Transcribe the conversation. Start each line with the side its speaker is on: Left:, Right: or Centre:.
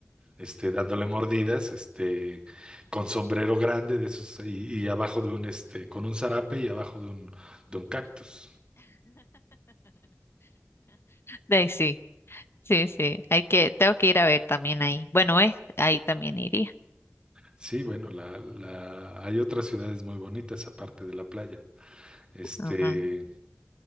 Right: este, dándole mordidas, este, con sombrero grande de esos y, y abajo de un, este, con un zarape y abajo de un, de un cactus.
Left: De ahí sí, sí, sí. Hay que, tengo que ir a ver también ahí. Bueno, eh, ahí también iría.
Right: Sí, bueno, la, la, hay otras ciudades muy bonitas aparte de la playa. Este,
Left: Ajá,